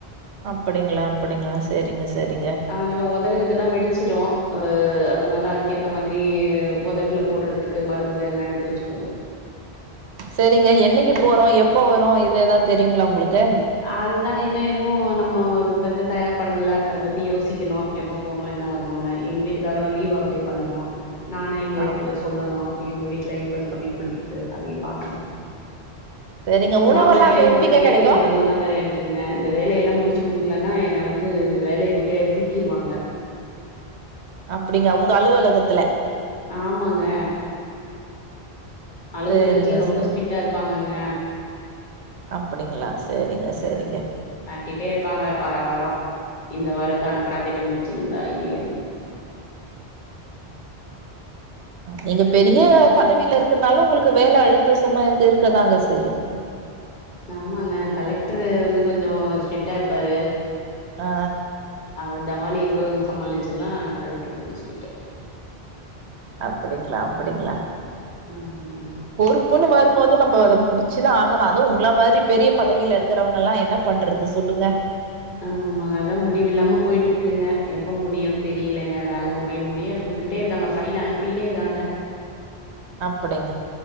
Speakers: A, on the right; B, on the left.
A: அப்படிங்களா அப்படிங்களா சரிங்க சரிங்க
B: அதனால உதலு இதெல்லா வெடிச்சிரும் அ அதனால அதுக்கேத்த மாதிரி உதட்டுல போடுறதுக்கு மருந்து எல்லாம் எடுத்து வச்சுக்கோங்க
A: சரிங்க என்னைக்கு போறோம் எப்ப வரும் இது எதாவது தெரியுங்களா உங்களுக்கு
B: அதுதாங்க இன்னும் எதுவும் நம்ம இத பத்தி தயார் பண்ணல அது பத்தி யோசிக்கணும் எப்ப போணும் என்ன வரணும்ன்னு எங்க வீட்டுக்காரோ லீவ் அப்ளை பண்ணனும் நானும் இங்க
A: ஆமா
B: கொஞ்சம் சொல்லணு எங்க வீட்ல எங்க கொஞ்சம் கமிட்மெண்ட் இருக்கு அதையும் பாக்கணு
A: சரிங்க உணவெல்லாம்
B: நான் வேற
A: அங்க
B: என்னோட
A: எப்படிங்க
B: வேலைகள்
A: கெடைக்கும்
B: பலுவெல்லா வேற எடுக்குங்க இந்த வேலையெல்லாம் முடிச்சு குடுக்கலன்னா என்னை வந்து இந்த வேலையை விட்டே தூக்கிடுவாங்க
A: அப்படிங்க உங்க அலுவலகத்துல
B: ஆமாங்க அலுவலகத்துல
A: சரிங்க
B: ரொம்ப
A: சரி
B: ஸ்ட்ரிட்டா இருப்பாங்கங்க
A: அப்படிங்களா சரிங்க சரிங்க
B: அட்டிட்டே இருப்பாங்க வர வரம் இந்த வாரத்தான ப்ராஜெக்ட்ட முடிச்சீங்ளா இல்லையான்னு
A: நீங்க பெரிய பதவியில இருக்குனாலு உங்களுக்கு வேல அழுத்தொ சுமை இருக்கதாங்க செய்யு
B: ஆமாங்க கலெக்ட்ரு வந்து கொஞ்சொ ஸ்ட்ரிக்ட்டா இருப்பாரு
A: ஆ
B: அவர் டவாலிய கூட கொஞ்சொ சமாளிச்சில்லா கலெக்ட்ரு கொஞ்சொ ஸ்ட்ரிக்ட்டு
A: அப்டிங்ளா அப்டிங்ளா
B: ஆமாங்க
A: பொறுப்புன்னு வரும்போது நம் போ அத முடிச்சிதா ஆகணு அது உங்கள மாரி பெரிய பதவில இருக்கறவங்கல்லா என்ன பண்றது சொல்லுங்க
B: ஆமாங்க அதா முடிவில்லாம போய்ட்ருக்குங்க எப்ப முடியூன் தெரியிலங்க வேல முடிய முடிய குட்த் த்துக்கிட்டே இருக்காங்க ஃபைல அனுப்பிக்கிட்டே இருக்காங்க
A: அப்டிங்